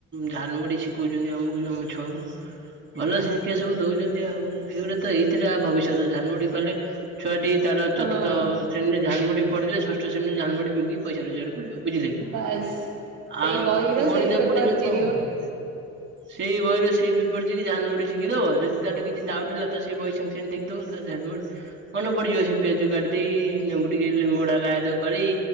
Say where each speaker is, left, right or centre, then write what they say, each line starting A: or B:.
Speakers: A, on the right; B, on the right.
A: ଝାଲମୁଢି ଶିଖଉଛନ୍ତି ଆମକୁ ଆମ ଛୁଆଙ୍କୁ। ହ ଭଲ
B: ଆଉ।
A: ଶିକ୍ଷା ସବୁ ଦଉଛନ୍ତି ଆଉ ଏଇଗୁଟା ତ ଏଇଥିରେ ଭବିଷ୍ୟତ ଝାଲମୁଢି କଲେ ଛୁଆ ଟି ତା
B: ହଁ
A: ଚତୁର୍ଥ୍ରେଣୀରେ
B: ହଁ
A: ଝାଲମୁଢି ପଡ଼ିଲେ ଷଷ୍ଠ ଶ୍ରେଣୀରେ ଝାଲମୁଢି ବିକି ପଇସା ରୋଜଗାର ବୁଝିଲେ କି
B: ବାସ୍। ସେଇ
A: ଆଉ
B: ବହିର
A: ଗଣିତ
B: ସେଇ ପେପର
A: ପଡିଲେ
B: ଚିରିବ
A: କଣ ହବ। ସେଇ ବହିରେ ସେଇ ପେପର୍ ଚିରି ଝାଲମୁଡି ଶିଖି ଦବ ଯଦି ତାର କିଛି ଡାଉଟ ହେଲା ତ ସେଇ ବହି ସାଙ୍ଗେ ସାଙ୍ଗ ଦେଖିଦବ ତା <unintelligible> ମନେ ପଡିଯିବ ସେ ପିଆଜ କାଟିଦେଇ ଲେମ୍ବୁ ଟିକେ ଲେମ୍ବୁଡା ଲାୟଦୋ କରି।